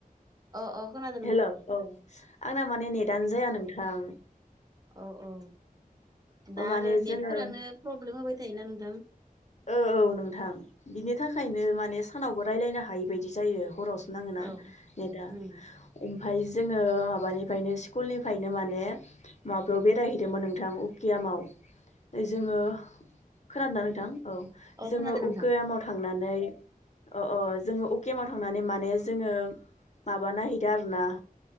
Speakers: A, on the right; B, on the left.
A: अ अ खोनादो
B: हेलौ औ आंना माने नेटआनो जाया नोंथां।
A: औ औ। दा
B: माने
A: आरो नेटफोरानो
B: जोङो
A: प्रब्लेम होबाय थायोना नोंथां।
B: औ औ नोंथां बिनि थाखायनो माने सानावबो रायलायनो हायि बायदि जायो हरावसो नाङोना
A: औ
B: नेटा।
A: उम
B: ओमफ्राय जोङो माबानिफायनो स्कुलनिफायनो माने माबायाव बेरायहैदोंमोन नोंथां उकियामाव जोङो खोनादोंना नोंथां? औ
A: अ
B: जोङो
A: खोनादों नोंथां
B: उकियामाव थांनानै औ औ जोङो उकियामाव थांनानै माने जोङो माबा नायहै आरोना